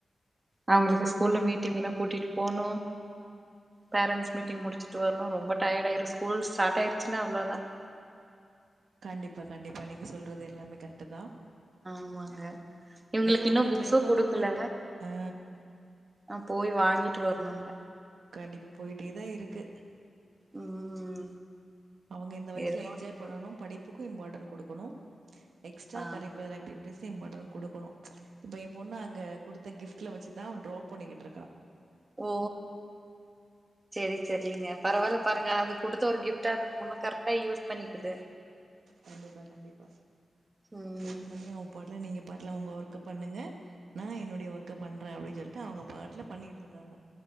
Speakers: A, on the right; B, on the right.
A: அவ்ங்களுக்கு ஸ்கூல்ல மீட்டிங்ன்னா கூட்டிட்டு போணு பேரண்ட்ஸ் மீட்டிங் முடிச்சிட்டு வர்ணும் ரொம்ப டயர்ட் ஆயிரும் ஸ்கூல் ஸ்டார்டாயிருச்சினா அவ்ளோதா
B: கண்டிப்பா கண்டிப்பா நீங்க சொல்றது எல்லாமே கரெட்டு தா
A: ஆமாங்க இவ்ங்ளுக்கு
B: ரொட்டேட்
A: இன்னு புக்ஸு
B: லைஃபா
A: குடுக்கல
B: தான் போயிட்டு. ஆ.
A: அ போய் வாங்கிட்டு வர்ணுங்க
B: கண்டிப்பா போயிட்டேதா இருக்கு
A: ம்
B: அவங்க இந்த வயஸ்ல
A: ஏதோ
B: என்ஜாய்
A: ஒண்ணு
B: பண்ணனும்
A: போய்
B: படிப்பு கு இம்பார்டன்ட் குடுக்கணும் எக்ஸ்ட்ரா
A: ஆமா
B: கரிக்குலர் ஆக்டிவிட்டிஸ் ஸ் இம்பார்டன்ட் குடுக்கணு இப்ப என் பொண்ணு அங்க குடுத்த கிஃப்ட்ல வச்சுதா அவ ட்ராப் பண்ணிக்கிட்டு இருக்கா
A: ஓ செரி செரிங்க பரவாயில்ல பாருங்க அதுக் குடுத்த ஒரு கிஃப்ட அந்த பொண்ணு கரெக்ட்டா யூஸ் பண்ணிக்குது
B: கண்டிப்பா கண்டிப்பா ஸ்டெயின்
A: ம்
B: பண்ணி அவன் பொண்ண நீங்கப் பாட்டுல ஒங்க ஒர்க்கப் பண்ணுங்க நா என்னுடைய ஒர்க்கப் பண்றேன் அப்டின்னு சொல்லிட்டு அவுங்க பாட்டுல பண்ணிட்டு இருக்காங்க